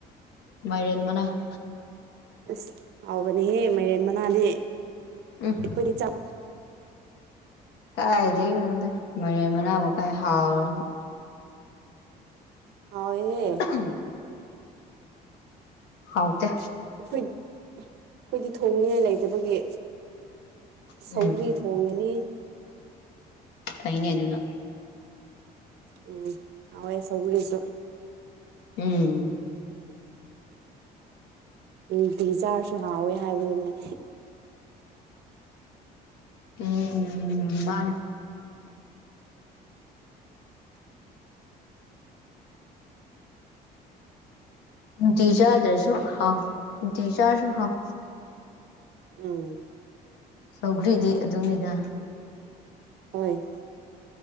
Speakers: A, on the left (about 85°); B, on the right (about 75°).
A: ꯃꯥꯏꯔꯦꯟ ꯃꯅꯥ
B: ꯑꯁ ꯍꯥꯎꯕꯅꯦꯍꯦ ꯃꯥꯏꯔꯦꯟ ꯃꯅꯥꯗꯤ
A: ꯎꯝ
B: ꯑꯩꯈꯣꯏꯗꯤ ꯆꯥꯛ
A: ꯀꯥꯏꯗꯩꯅꫭꯗ ꯃꯥꯏꯔꯦꯟ ꯃꯅꯥꯕꯨ ꯀꯥꯏ ꯍꯥꯎꯅ
B: ꯍꯥꯎꯋꯦꯍꯦ
A: <inaudible> ꯍꯥꯎꯇꯦ
B: ꯑꯩꯈꯣꯏ ꯑꯩꯈꯣꯏꯗꯤ ꯊꯣꯡꯅꯤꯉꯥꯏ ꯂꯩꯇꯕꯒꯤ
A: ꯎꯝ
B: ꯁꯧꯒ꯭ꯔꯤ ꯊꯣꯡꯒꯅꯤ
A: ꯐꯩꯅꯦ ꯑꯗꯨꯅ
B: ꯎꯝ ꯍꯥꯎꯋꯦ ꯁꯧꯒ꯭ꯔꯤꯁꯨ
A: ꯎꯝ
B: ꯅꯨꯡꯇꯤꯒꯤ ꯆꯥꯔꯁꯨ ꯍꯥꯎꯋꯦ ꯍꯥꯏꯕꯗꯨꯅꯦ
A: ꯎꯝ ꯃꯥꯅꯦ ꯅꯨꯡꯇꯤꯒꯤ ꯆꯥꯗ꯭ꯔꯁꯨ ꯍꯥꯎ ꯅꯨꯡꯇꯤꯒꯤ ꯆꯥꯔꯁꯨ ꯍꯥꯎ
B: ꯎꯝ
A: ꯁꯧꯒ꯭ꯔꯤꯗꯤ ꯑꯗꯨꯅꯤꯗ
B: ꯍꯣꯏ